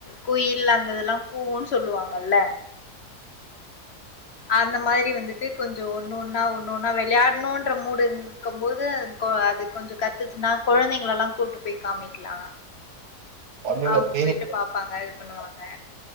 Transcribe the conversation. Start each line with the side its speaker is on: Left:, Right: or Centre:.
Left: குயில் அந்த இதெல்லா கூவுன்னு சொல்லுவாங்கல்ல அந்த மாரி வந்துட்டு கொஞ்சோ ஒண்ணு ஒன்னா ஒண்ணுன்னா வெளயாடணுன்ற மூடு இருக்கும்போது அது கொஞ்சோ கத்துச்சுன்னா கொழந்தைங்கள எல்லா கூப்பிட்டு போய் காமிக்கலா
Right: ஒன்னு இல்ல
Left: அவங்க
Right: தீனி
Left: போயிட்டு பாப்பாங்க இது பண்ணுவாங்க